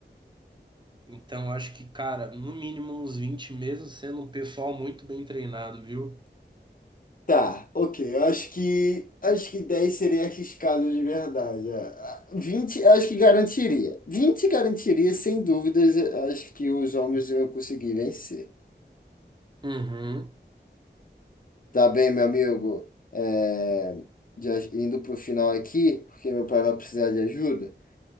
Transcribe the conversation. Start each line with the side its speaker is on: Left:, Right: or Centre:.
Right: Então, eu acho que, cara, no mínimo uns 20 mesmo, sendo um pessoal muito bem treinado, viu?
Left: Tá, ok. Eu acho que acho que 10 seria arriscado de verdade. é. Ah, eu acho que garantiria. 20 garantiria, sem dúvidas, eu acho que os homens iam conseguir vencer.
Right: Uhum.
Left: Tá bem, meu amigo. É, já indo para o final aqui, porque meu pai vai precisar de ajuda.